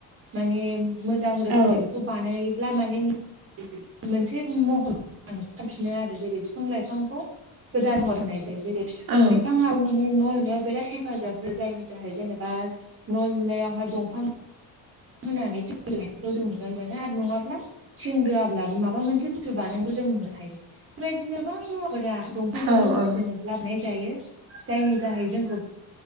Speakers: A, on the right (about 35°); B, on the right (about 65°).
A: माने मोजां रोखोमै
B: औ
A: बेखौ बानायब्ला माने
B: <inaudible>
A: मोनसे महर लाफिनो आरो जेरै बिफां लाइफांखौ गोदान महर होनाय जायो जेरै
B: औ
A: बिफां माने न' लुनायाव बिराद हेफाजाब जायनि थाखाय जेनेबा न' लुनायावहाय दंफां होनानै थिं दोनायखौ जों नुनो मोनो आरो नङाब्ला थिं दोआब्लाबो माबा मोनसे बुस्थु बानायखौ जों नुनो हायो बेदिनो गोबां मुवाफोरा दं।
B: औ औ
A: <unintelligible> लाब जायो जायनि जाहै जोंखौ